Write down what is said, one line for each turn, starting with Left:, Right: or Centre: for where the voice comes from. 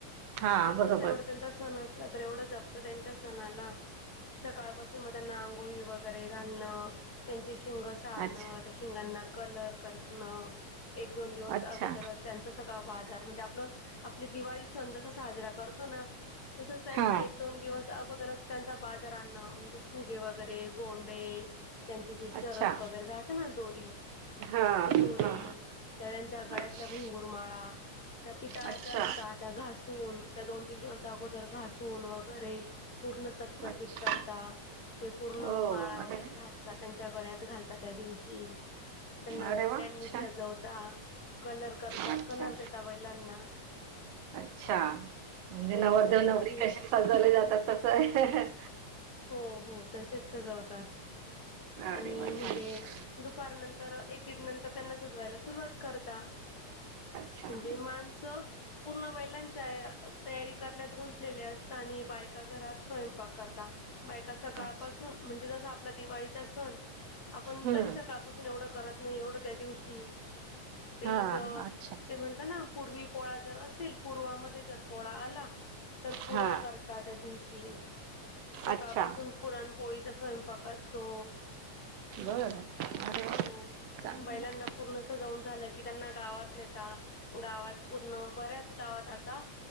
Right: हा
Left: तरं
Right: बरोबर
Left: तसं एवढं त्यांचा संण असलां तरं एवढं जप्तो त्यांच्या सणांला सकाळंपासून त्यांना आंघोळी वगैरें घालणं त्यांचे सिंग सारंन
Right: अच्छा
Left: शिंगांना कलर करं नं एक दोन दिवस
Right: अच्छा
Left: अगोदर त्यांचा सगळां बाजांर म्हणजे आपणं आपली दिवाळी सणं जसां सांजरा करतो नां तसंच त्यांचा
Right: हा
Left: एक दोन दिवस अगोदरचं त्यांचा बाजांर आणणं म्हणजे फुगे वगैरे गोंडे त्यांचे जे
Right: अच्छा
Left: चरट वगैरे राहते नां दोरी
Right: हा
Left: ते दोरी
Right: हा
Left: त्यां त्यांच्या गळ्यांतल्या
Right: अच्छ
Left: घुंगूरमांळा त्यां पितळांच्या
Right: अच्छा
Left: असतांत त्यां घासूंन त्यां दोन तीन दिवसं अगोदर घासूंन वगैरें पूर्ण चकचकीत
Right: अच्छा
Left: करतां ते पूर्ण
Right: हो
Left: मांळा
Right: अरे
Left: वगैरें घांस त्यांच्या गळ्यांत घालतां त्यां दिवशी त्यांना
Right: अरे
Left: गोंड्यांनी
Right: वा अच्छा
Left: सजवतां कलर देतां
Right: अच्छा
Left: कलर देतां बैलांना
Right: अच्छा म्हणजे
Left: हो
Right: नवर्धव
Left: त्या दिवशी
Right: नवरी कशी सजवले जातांत तसं आहे
Left: हो हो तसेच सजवतांत आणि
Right: अरे वा
Left: म्हणजे
Right: छान
Left: दुपार नंतर एक दीड नंतर त्यांना सजवायंला सुरुवानत करतांत
Right: छान
Left: म्हणजे माणसं पूर्ण बैलांच्या तयारी करण्यांत गुंतलेल्या असतांत आणि बायकां घरांत स्वयंपाक करतां बायकां सकाळंपासून
Right: अच्छा अच्छा
Left: म्हणजे जसं आपलां दिवाळीचा संण आपणं
Right: हम्म
Left: तरी सकाळंपासून एवढं करतं नाहीं एवढं त्यां दिवशी ते
Right: हा
Left: जे
Right: अच्छा
Left: ते म्हणतांत नां पूर्वी पोळा जरं असेल पूर्वामध्ये जरं पोळा आंला तरं पुऱ्यां
Right: हा
Left: करतांत त्यां त्यां दिवशी सकाळंपासून
Right: अच्छा
Left: पुरणंपोळीचां स्वयंपाक असतों
Right: बरं अरे वा
Left: हो
Right: चांगलं
Left: बैलांना पूर्ण संजांऊन झालं कि त्यांनां गावांत नेता गावांत पूर्ण बऱ्यांच गावांत आंता